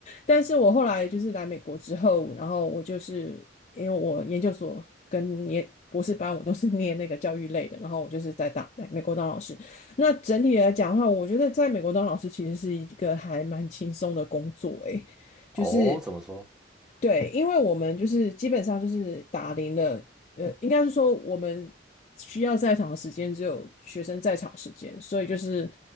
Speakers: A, on the left (about 35°); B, in the centre.
A: 但是我后来就是来美国之后，然后我就是因为我研究所跟研博士班我都是 <laughs> 念那个教育类的，然后我就是在当在美国当老师。那整体来讲的话，我觉得在美国当老师其实是一个还蛮轻松的工作，诶，
B: 哦，
A: 就是。
B: 怎么说？
A: 对，因为我们就是基本上就是打铃了，呃，应该是说我们需要在场的时间只有学生在场时间，所以就是，